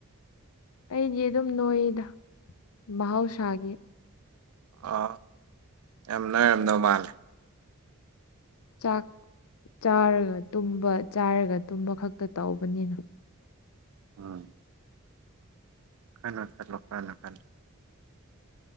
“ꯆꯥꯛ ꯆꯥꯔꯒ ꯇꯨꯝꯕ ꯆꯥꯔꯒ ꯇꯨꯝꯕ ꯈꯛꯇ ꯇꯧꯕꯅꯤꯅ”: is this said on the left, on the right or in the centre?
Left